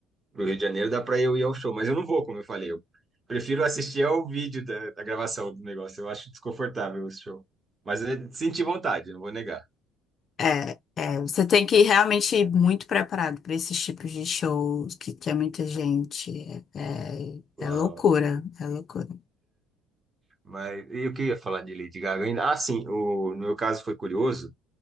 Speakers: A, on the right; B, on the left.
A: pro Rio de Janeiro, dá para eu ir ao show, mas eu não vou, como eu falei. Eu prefiro assistir ao vídeo da, da gravação do negócio, eu acho desconfortável o show. Mas eu senti vontade, não vou negar.
B: É, é, você tem que realmente ir muito preparado para esses tipos de shows que, tem muita gente. É,
A: Uau.
B: é, é loucura, é loucura.
A: Mas e o que eu ia falar de Lady Gaga ainda? Ah, sim, o, no meu caso foi curioso.